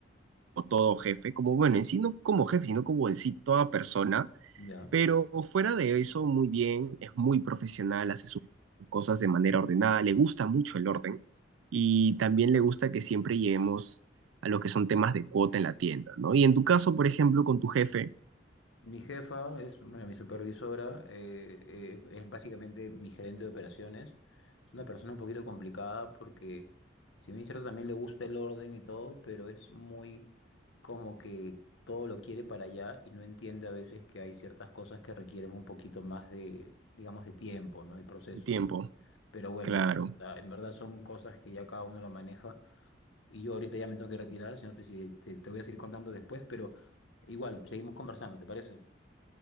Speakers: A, on the right; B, on the left.
A: o todo jefe, como, bueno, en sí no como jefe, sino como en sí toda persona,
B: Ya.
A: pero fuera de eso, muy bien, es muy profesional, hace sus cosas de manera ordenada, le gusta mucho el orden, y
B: ¿sí?
A: también le gusta que siempre lleguemos a lo que son temas de cuota en la tienda, ¿no? Y en tu caso, por ejemplo, con tu jefe
B: Mi jefa es, bueno, mi supervisora, eh, es, es básicamente mi gerente de operaciones. Es una persona un poquito complicada porque, si bien es cierto, también le gusta el orden y todo, pero es muy como que todo lo quiere para allá y no entiende a veces que hay ciertas cosas que requieren un poquito más de, digamos, de tiempo, ¿no? Y procesos.
A: de tiempo,
B: Pero bueno,
A: claro.
B: la- en verdad son cosas que ya cada uno lo maneja. Y yo ahorita ya me tengo que retirar, si no te, sigue- te, te voy a seguir contando después, pero igual, seguimos conversando, ¿te parece?